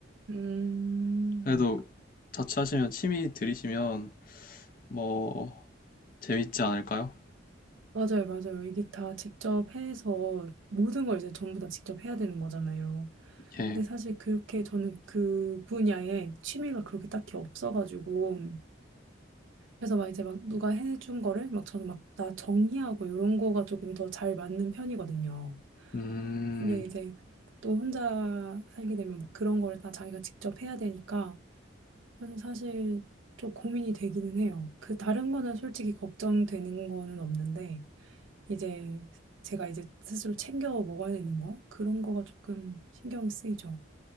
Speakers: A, on the right; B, on the left.
A: 음,
B: 그래도 자취하시면 취미 들이시면 뭐 재밌지 않을까요?
A: 맞아요, 맞아요. 이게 다 직접 해서 모든 걸 이제 전부 다 직접 해야 되는 거잖아요.
B: 예.
A: 근데 사실 그렇게 저는 그 분야에 취미가 그렇게 딱히 없어가지고 그래서 막 이제 막 누가 해준 거를 막 저는 막 다 정리하고 이런 거가 조금 더 잘 맞는 편이거든요.
B: 음,
A: 근데 이제 또 혼자 살게 되면 막 그런 거를 다 자기가 직접 해야 되니까 그래서 사실 좀 고민이 되기는 해요. 그 다른 거는 솔직히 걱정되는 거는 없는데 이제 제가 이제 스스로 챙겨 먹어야 되는 거 그런 거가 조금 신경이 쓰이죠.